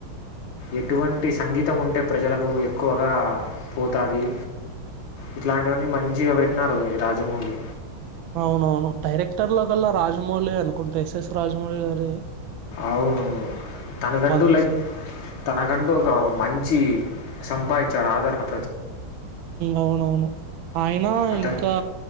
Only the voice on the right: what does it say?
అవునవును డైరెక్టర్ లో కల్లా రాజమౌళి అనుకుంటే ఎస్ఎస్ రాజమౌళి గారి
తీశారు.
అవునవును ఆయన
ఇంకా